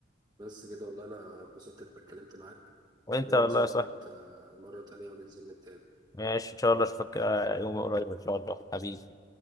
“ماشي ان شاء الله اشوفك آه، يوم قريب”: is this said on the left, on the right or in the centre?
Left